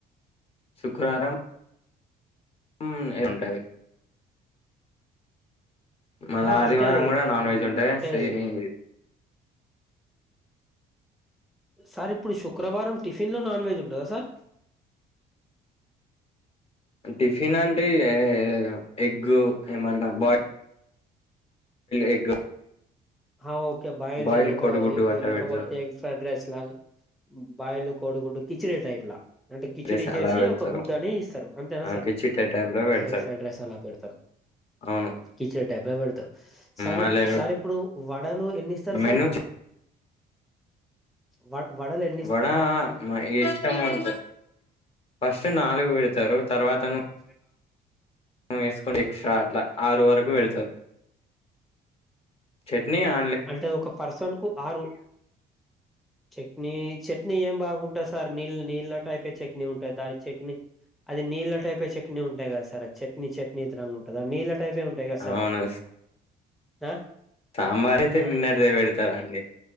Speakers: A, on the left; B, in the centre.
A: శుక్రవారం ఊమ్ ఏముంటది మళ్ళ
B: ఆహా
A: ఆదివారం
B: అంటే
A: కూడా
B: ట-
A: నాన్ వెజ్ ఉంటాయి
B: అంటే
A: సేమ్
B: సార్ ఇప్పుడు శుక్రవారం టిఫిన్ లో నాన్ వెజ్ ఉంటుందా సార్
A: టిఫిన్ అంటే ఎ ఎగ్ ఏమన్నా బా ఎగ్
B: హ ఓకే బాయల్డ్
A: బాయిల్
B: లేక
A: కోడిగుడ్డు
B: ఎగ్
A: అట్లా
B: లేఖపోతే
A: పెడతారు
B: ఫ్రైడ్ రైస్ లాగా బాయిల్డ్ కోడిగుడ్డు కిచిడి టైప్ లా అంటే కిచిడి
A: రైస్
B: చేసి
A: అలా పెడతారు
B: ఒక గుడ్డు అని ఇస్తారు అంతేనా సార్
A: కిచిట టైమ్ లో పెడతారు
B: హేగ్ ఫ్రైడ్ రైస్ అలా పెడుతారు
A: అవును
B: కిచిడి టైప్లా పెడతారు సార్
A: మళ్ళీ
B: ఇ సార్ ఇప్పుడు వడలు ఎన్ని ఇస్తారు
A: మెను
B: సార్ వడ వడలే
A: వడ మఇష్టం ఉంటే ఫస్ట్ నాలుగు పెడతారు తర్వాత
B: అప్సెటా
A: వేసుకో ఎస్ట్రా అట్లా ఆరు వరకు పెడతారు చట్నీ అ
B: అంటే ఒక పర్సన్ కు ఆరు చట్నీ చట్నీ ఏం బాగుంటా సార్ నీళ్ళ నీళ్ళ టైపే చట్నీ ఉంటాది దాని చట్నీ అది నీళ్ళ టైపే చట్ని ఉం ఉంటాయి కదా సార్ చట్నీ చట్నీ తరంగా ఉంటుందా నీళ్ళ టైపే ఉంటాయి కదా సార్
A: అవును
B: అది ఆ
A: సాంబార్ అయితే
B: ఆహా
A: నిన్నటిదే పెడతార్ అండి